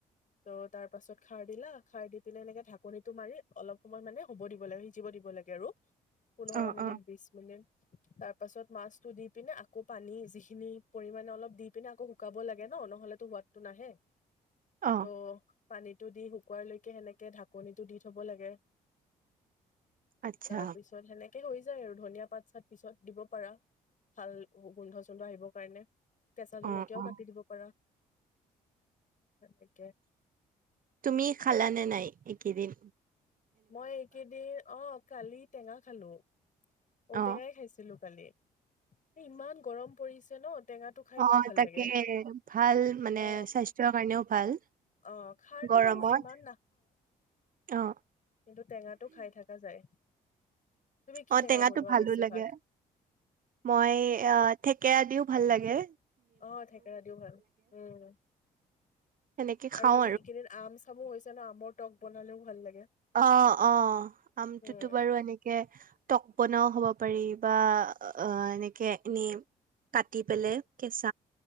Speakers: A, on the left (about 45°); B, on the right (about 50°).
A: ত তাৰ পাছত খাৰ দিলা খাৰ দি পিনে এনেকে ঢাকনটো মাৰি অলপ সময় মানে হ'ব দিব লাগে সিজিব দিব লব লাগে আৰু পোন্ধৰ
B: অ
A: মিনিট
B: অ
A: বিশ মিনিট তাৰ পাছত মাছতটো দি পিনে আকৌ পানী যিখিনি পৰিমণে অলপ দি পিনে আকৌ শুকাব লাগে ন নহলেতো সোৱাদটো নাহে
B: অ
A: ত পানীটো দি শুকুৱ লৈকে সেনেকে ঢাকনিটো দি থব লাগে
B: আচ্ছা
A: তাৰ পিছত সেনেকে তাকে হৈ যায় আৰু ধনিয়া পাত চাত পিছত দিব পাৰা ভাল গোন্ধ চোন্ধ আহিবৰ কাৰণে কেঁচা জলকীয়াও
B: অ অ
A: কাটি দিব পাৰা সকে
B: তুমি খালা নে নাই একেইদিন
A: মই এইকেইদিন অ কালি টেঙা খালো ঔটেঙাই
B: অ
A: খাইছিলো কালি ইমান গৰম পৰিছে ন টেঙাটো খাই
B: আহ
A: বৰ ভাল
B: তাকে
A: লাগে
B: ভাল মানে
A: অ
B: স্বাস্থ্যৰ কাৰণেও ভাল
A: অ খাৰটো
B: গৰমত
A: বাৰু ইমান
B: অ
A: ন্ত টেঙাটো খাই থকা যায় তুমি কি
B: অ
A: টেঙা
B: টেঙাটো
A: বনোৱা
B: ভালো
A: বেছিভাগ?
B: লাগে মই অ থেকেৰা দিও ভাল লাগে
A: আহ থেকেৰা দিও ভাল উম
B: সেনেকে খাওঁ
A: আৰু আজি কেইদিন আম চামু হৈছে ন আমৰ টক বনালেও ভাল লাগে
B: অ', অ', আমটোতো
A: উম
B: বাৰু এনেকে টক বনাও হ'ব পাৰি বা অ এনেকে এনে কাটি পেললে কেচ